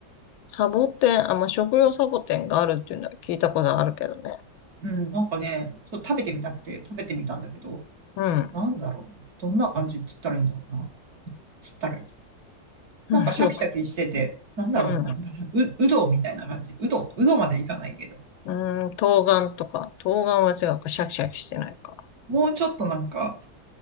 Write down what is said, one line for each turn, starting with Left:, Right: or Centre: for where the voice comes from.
Left: サボテン、あ、まあ、食用サボテンがあるっていうのは聞いたことあるけどね。
Right: うん、なんかね、そう食べてみたくて食べてみたんだけど、
Left: うん、うん、
Right: なんだろう。どんな感じって言ったらいいんだろうな。つったらいいんだろう
Left: うん、
Right: なんかシャキシャキしてて、なんだろうな、
Left: うん。
Right: う、うどみたいな感じ。うどうどまでいかないけど。
Left: うーん、冬瓜とか、冬瓜は違うか、シャキシャキしてないか。
Right: もうちょっとなんか、